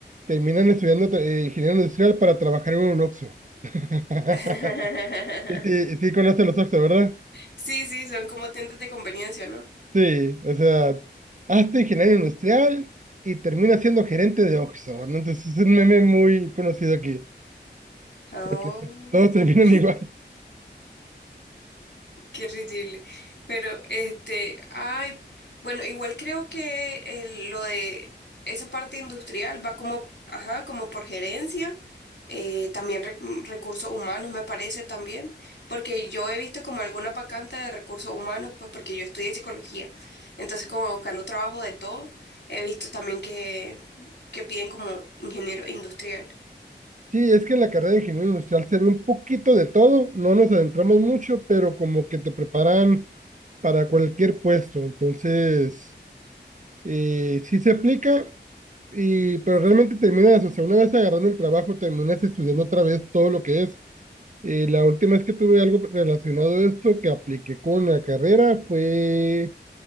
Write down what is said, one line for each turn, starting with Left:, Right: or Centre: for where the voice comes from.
Right: terminan estudiando eh, ingeniero industrial para trabajar en un Oxxo. <laughs>
Left: <laughs>
Right: Sí, sí, sí conoce los Oxxo, ¿verdad?
Left: Sí, sí, son como tiendas de conveniencia, ¿no?
Right: Sí, o sea, hazte ingeniero industrial y termina siendo gerente de Oxxo, ¿no? Entonces es un meme muy conocido aquí,
Left: Oh,
Right: porque todos terminan
Left: <laughs>
Right: <laughs> igual.
Left: qué ridículo. Pero este, ay, bueno, igual creo que eh, lo de esa parte industrial va como, ajá, como por gerencia, eh, también re- mm, recursos humanos me parece también, porque yo he visto como alguna vacante de recursos humanos, pues porque yo estudié psicología, entonces como buscando trabajo de todo, he visto también que, que piden como ingeniero industrial.
Right: Sí, es que en la carrera de ingeniero industrial se ve un poquito de todo, no nos adentramos mucho, pero como que te preparan para cualquier puesto, entonces eh, sí se aplica, y, pero realmente terminas, o sea, una vez agarrando el trabajo, terminas estudiando otra vez todo lo que es. Eh, la última vez que tuve algo relacionado a esto que apliqué con la carrera fue